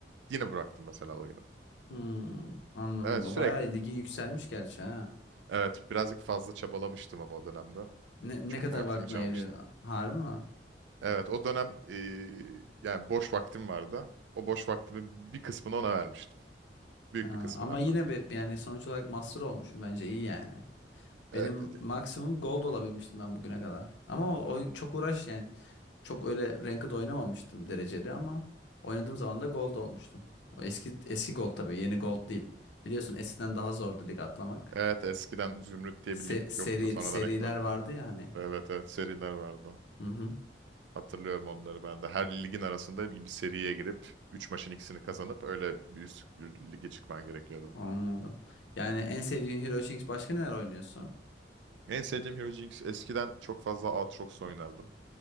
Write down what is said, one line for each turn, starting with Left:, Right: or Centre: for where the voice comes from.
Right: yine bıraktım mesela oyunu.
Left: Hmm, anladım.
Right: Evet sürekli.
Left: Bayağı ligin yükselmiş gerçi ha.
Right: Evet birazcık fazla çabalamıştım ama o dönemde.
Left: Ne,
Right: Çok
Left: ne kadar
Right: vaktimi
Left: vaktini
Right: çalmıştı.
Left: ayırıyor? Harbi mi?
Right: Evet o dönem eee, yani boş vaktim vardı. O boş vaktimi bir kısmını ona vermiştim. Büyük
Left: Ha,
Right: bir kısmını
Left: ama
Right: hem
Left: yine
Right: de.
Left: be, yani sonuç olarak master olmuşum bence iyi yani.
Right: Evet,
Left: Benim
Right: evet,
Left: maksimum gold olabilmiştim ben bugüne kadar. Ama o, o çok uğraş yani. Çok öyle ranked oynamamıştım dereceli ama oynadığım zaman da gold olmuştum. O eski eski gold tabii, yeni gold değil. Biliyorsun eskiden daha zordu lig atlamak.
Right: evet eskiden Zümrüt diye
Left: Se-
Right: bir lig
Left: seri
Right: yoktu sonradan
Left: seriler
Right: eklendi.
Left: vardı ya hani.
Right: Evet evet seriler vardı.
Left: Hı hı.
Right: Hatırlıyorum onları ben de. Her ligin arasında bir, bir seriye girip 3 maçın ikisini kazanıp öyle bir üst lige çıkman gerekiyordu.
Left: Anladım. Yani en sevdiğin Hero Jinx başka neler oynuyorsun?
Right: En sevdiğim Hero Jinx eskiden çok fazla Aatrox oynardım.